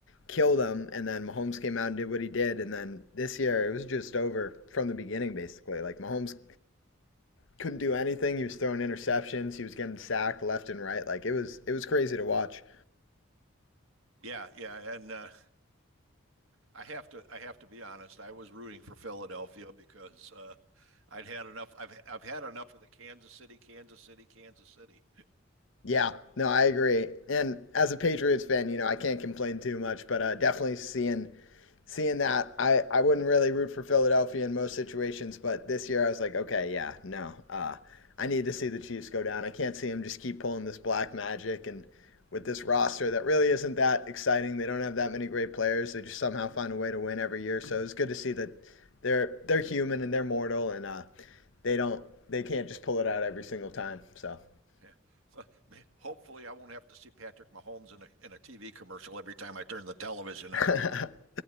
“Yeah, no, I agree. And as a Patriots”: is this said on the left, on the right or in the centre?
Left